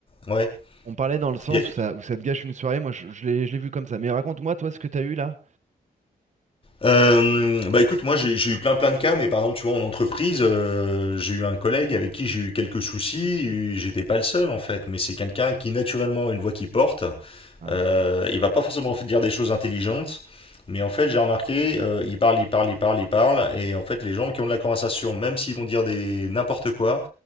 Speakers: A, on the left; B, on the right.
A: ouais.
B: on parlait dans le sens
A: Y a-
B: où ça, où ça te gâche une soirée. Moi, je, je l'ai, je l'ai vu comme ça. Mais raconte-moi, toi, ce que t'as eu là.
A: Euh, bah écoute, moi j'ai j'ai eu plein plein de cas, mais par exemple, tu vois, en entreprise, euh, j'ai eu un collègue avec qui j'ai eu quelques soucis. et J'étais pas le seul en fait, mais c'est quelqu'un qui naturellement a une voix qui porte
B: Ah,
A: Euh, il va pas forcément dire des choses intelligentes, mais en fait, j'ai remarqué, euh, il parle, il parle, il parle, il parle, et en fait, les gens qui ont de la conversation, même s'ils vont dire des n'importe quoi,